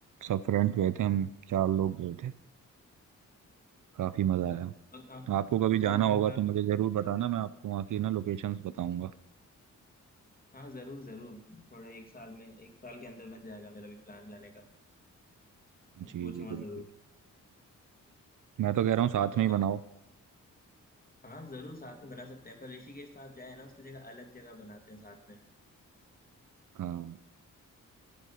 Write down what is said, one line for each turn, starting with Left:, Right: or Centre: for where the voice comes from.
Right: सब फ्रेंड्स गए थे हम चार लोग गए थे काफी मजा आया
Left: और कहाँ
Right: आपको कभी
Left: और
Right: जाना
Left: कहाँ
Right: होगा
Left: कहाँ
Right: तो
Left: घूम
Right: मुझे
Left: रहे
Right: जरूर
Left: इंडिया
Right: बताना
Left: में
Right: मैं आपको वहाँ की ना लोकेशंस बताऊंगा
Left: हाँ जरूर जरूर थोड़ा एक साल में एक साल के अंदर बन जाएगा मेरा भी प्लान जाने का मैं
Right: जी
Left: पूछूंगा
Right: जी बिल्कुल
Left: जरूर
Right: मैं तो कह रहा हूँ साथ
Left: और
Right: में
Left: कहाँ
Right: ही बनाओ
Left: कहाँ हाँ जरूर साथ में बना सकते हैं पर ऋषिकेश तो आप जाए ना उसकी जगह अलग जगह बनाते हैं साथ में
Right: हाँ